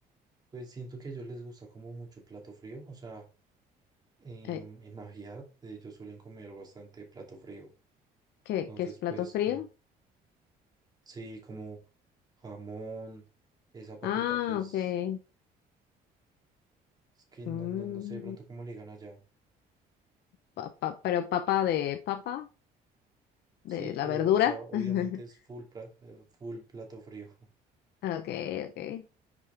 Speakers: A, on the right; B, on the left.
A: pues siento que a ellos les gusta como mucho el plato frío, o sea, en,
B: eh,
A: en Navidad ellos suelen comer bastante plato frío,
B: ¿qué,
A: entonces
B: qué es plato
A: pues
B: frío?
A: mm, sí, como jamón, esa papita
B: Ah,
A: que es,
B: ok.
A: es que no,
B: Mm,
A: no, no sé de pronto cómo le digan allá.
B: pa- pa- pero papa de papa, de
A: Sí, pero,
B: la verdura.
A: o sea, obviamente
B: <laughs>
A: es full, pla- eh, full plato frío. <laughs>
B: Okay, okay.